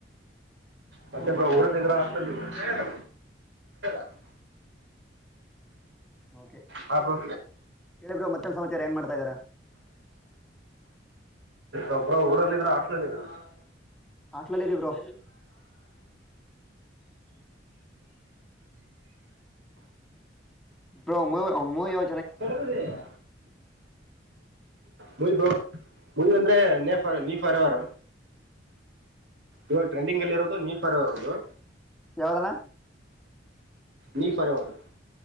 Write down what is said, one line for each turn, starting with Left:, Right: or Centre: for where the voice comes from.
Right: ಮತ್ತೆ ಬ್ರೋ ಊರಲೀಇದಿರ ಹಾಸ್ಟೆಲಿ ಇದ್ದೀರಾ. <unintelligible>
Centre: ಓಕೆ
Right: ಹಾ ಬ್ರೊ
Centre: ಹೇಳಿ ಬ್ರೋ ಮತ್ತೇನ್ ಸಮಾಚಾರ ಏನ್ ಮಾಡ್ತಾ ಇದ್ದೀರಾ
Right: <unintelligible> ಬ್ರೋ ಊರಲ್ಲಿ ಇದ್ರ ಹಾಸ್ಟೆಲ್ನಲ್ಲಿ ಇದ್ದೀರಾ <unintelligible>
Centre: ಹಾಸ್ಟೆಲಲ್ಲಿ ಇದೀವಿ ಬ್ರೋ ಬ್ರೊ ಮು ಮೂವಿ ಯೋ
Right: ಕೆಡಗದೆ <unintelligible> ಮುಯ ಬ್ರೊ ಮುಯ ಅಂದ್ರೆ ನಫಾರ್ ನೀಫರ್ ಅವೆರ ಇವಾಗ ಟ್ರೆಂಡಿಂಗ್ಲ್ಲಿ ಇರೋದು ನಿಪರ್ ಅವೆರ ಒಂದ
Centre: ಯಾವುದನ್ನ
Right: ನೀ ಫಾರೆವರ್